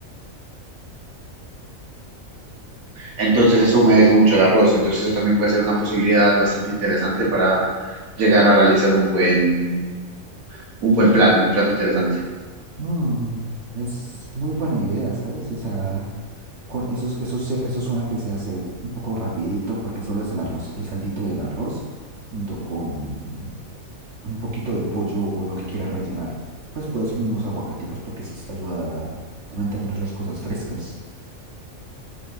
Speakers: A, on the right; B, on the right.
A: entonces eso humedece mucho el arroz, entonces eso también puede ser una posibilidad bastante interesante para llegar a realizar un buen, un buen plato, un plato interesante.
B: Mm, es muy buena idea, ¿sabes? O sea, con eso, eso, se- eso suena que se hace un poco rapidito porque solo es el arroz, el caldito y el arroz junto con un poquito de pollo o lo que quieras rellenar. Pues puedes unos aguacaticos porque eso ayuda a mantener las cosas frescas.